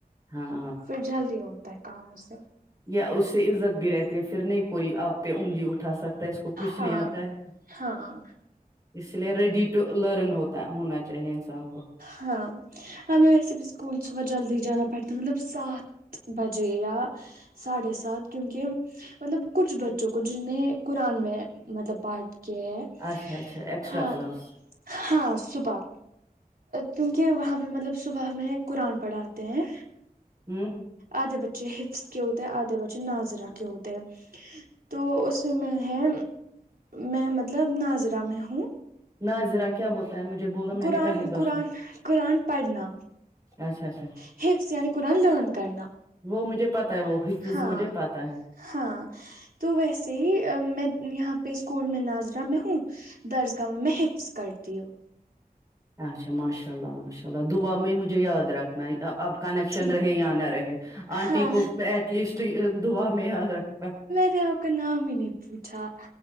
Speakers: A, on the right (about 20°); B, on the right (about 70°).
A: ہاں
B: پھر جلدی ہوتا ہے کام اس سے
A: یا اس سے عزت بھی رہتی ہے پھر نہیں کوئی آپ پہ انگلی اٹھا سکتا ہے اس کو کچھ
B: ہاں
A: نہیں آتا ہے
B: ہاں
A: اس لیے ریڈی ٹو لرن ہوتا ہونا چاہیے انسان کو
B: ہاں ہمیں ویسے بھی اسکول صبح جلدی جانا پڑتا ہے مطلب سات بجے یا ساڑے سات کیونکہ مطلب کچھ بچوں کو جنھیں قرآن میں مطلب پاڈھ کے ہے
A: اچھا اچھا ایکسٹرا
B: ہاں
A: کلاس
B: ہاں صبح کیونکہ وہاں پہ مطلب صبح میں قرآن پڑھاتے ہیں
A: ہوں
B: آدھے بچے حفظ کے ہوتے ہے آدھے بچے ناظرہ کے ہوتے ہے تو اس میں ہے میں مطلب ناظرہ میں ہوں
A: ناظرہ کیا ہوتا ہے مجھے بولو میں
B: قرآن
A: نے پہلی بار
B: قرآن
A: سنا
B: قرآن پڑھنا
A: اچھا اچھا
B: حفظ یعنی قرآن لن کرنا
A: وہ مجھے پتہ ہے وہ حفظ
B: ہاں
A: مجھے پتہ ہے
B: ہاں تو ویسے میں یہاں پہ اسکول میں ناظرہ میں ہوں درس گاہ میں حفظ کرتی ہوں
A: اچھا ماشاء اللہ ماشاء اللہ دعا میں مجھے یاد رکھ نہیں اب کنیکشن
B: ٹھیک
A: رہے یا نہ رہے آنٹی
B: ہاں
A: کو ایٹ لیسٹ دعا میں یاد رکھ
B: میں نے آپ کا نام ہی نہیں پوچھا